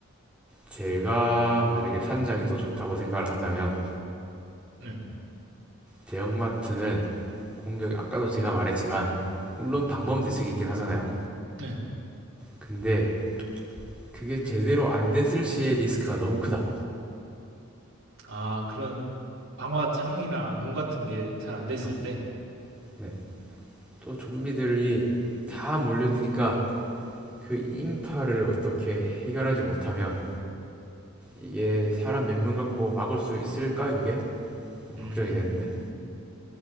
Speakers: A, in the centre; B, on the right.
A: 제가 만약에 산장이 더 좋다고 생각을 한다면
B: 네.
A: 대형마트는 공격 아까도 제가 말했지만 물론 방법 대책이 있긴 하잖아요.
B: 네.
A: 근데 그게 제대로 안 됐을 시에 리스크가 너무 크다.
B: 아 그런 방화 창이나 문 같은 게 잘 안 돼
A: 그렇죠.
B: 있을 때.
A: 네. 또 좀비들이 다 몰려드니까 그 인파를 어떻게 해결하지 못하면 이게 사람 몇 명 갖고 막을 수 있을까 그게 뭐
B: 음.
A: 걱정이 되는데